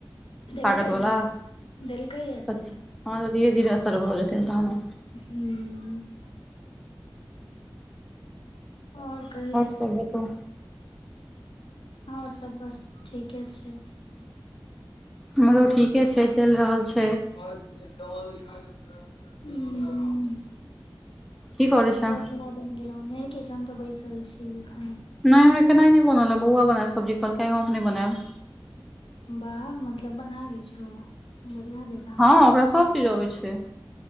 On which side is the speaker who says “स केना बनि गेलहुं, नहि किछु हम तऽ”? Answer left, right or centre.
Left